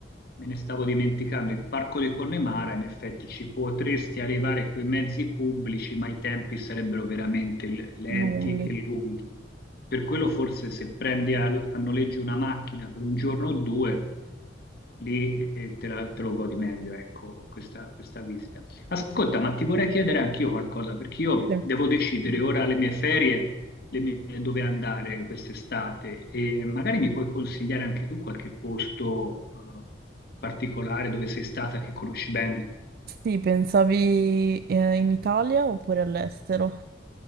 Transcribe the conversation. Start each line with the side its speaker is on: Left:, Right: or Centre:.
Left: me ne stavo dimenticando. Il parco di Connemara, in effetti, ci potresti arrivare con i mezzi pubblici, ma i tempi sarebbero veramente l- lenti
Right: lunghi.
Left: e lunghi. Per quello, forse, se prendi al- a, noleggio una macchina per un giorno o due, lì eh, te, la- te lo godi meglio, ecco, questa, questa visita. Ascolta, ma ti vorrei chiedere anch'io qualcosa, perché io
Right: Sì,
Left: devo decidere ora le mie ferie le mie- dove andare quest'estate e magari mi puoi consigliare anche tu qualche posto eh, particolare dove sei stata che conosci bene.
Right: Sì, pensavi eh, in Italia oppure all'estero?